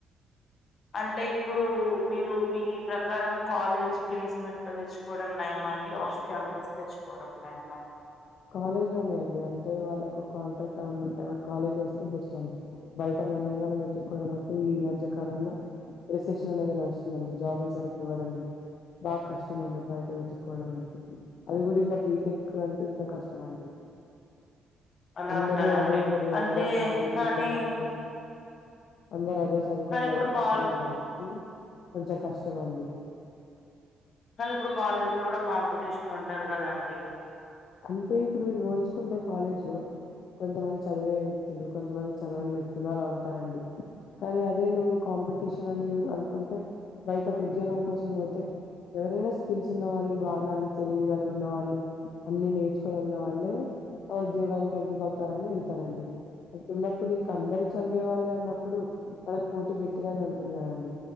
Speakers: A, on the left (about 50°); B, on the left (about 70°).
A: అంటే ఇప్పుడు మీరు మీ ప్రకారం కాలేజ్ ప్లేస్మెంట్‌లో తెచ్చు కోవడం నయమా అండి ఆఫ్ క్యాంపస్ తెచ్చుకోవడం నయమా
B: కాలేజ్లోనే అండి అంటే వాళ్ళకి ఒక కాంట్రాక్ట్ అవన్నీ ఉంటాయిగా కాలేజ్లో వస్తే బెస్ట్ అండి బయట మనది మనం ఎతుక్కోవడం అంటే ఈ మధ్య కాలంలో రిసెప్షన్ అనేది నడు స్తుందండి జాబులు సరిగ్గా ఇవ్వడండి బాగా కష్టమండి బయట వెతుక్కోవడం అంటే అది కూడా ఇంకా బీటెక్ అంటే ఇం కా కష్టమండి
A: అలా
B: అందరు
A: అంటారా
B: అదే
A: అండి
B: కాదు
A: అంటే
B: అందరు చాలా మంది
A: కానీ
B: అదే చదువుకొని అందరు అదే చదుకొని
A: కానీ ఇప్పుడు
B: బయటకు
A: కాల్
B: వత్తున్నారు కాబట్టి కొంచెం కష్టమండి
A: కానీ ఇప్పుడు కాలేజ్‌లో కూడా కాంపిటీషన్ ఉంటది కదండి
B: అంటే ఇప్పుడు మీరు పోల్చుకుంటే కాలేజ్లో కొంతమంది చదివే వ్యక్తులు కొంతమంది చదవని వ్యక్తులు అలా ఉంటారండి కానీ అదే నువ్వు కాంపిటీషన్ అని అనుకుంటే బయటకు ఉద్యోగం కోసం పోతే ఎవరైనా స్కిల్స్ ఉన్నవాళ్లు బాగా తెలియగల ఉన్నవాళ్ళు అన్ని నేర్చుకొని ఉన్నా వాళ్ళే ఆ ఉద్యోగానికి ఎంపిక అవుతారని వెళ్తారండి అట్టున్నప్పుడు ఇంక అందరూ చదివే వాళ్ళే అన్నప్పుడు మనకు పోటీ గట్టిగానే ఉంటుంది కదండి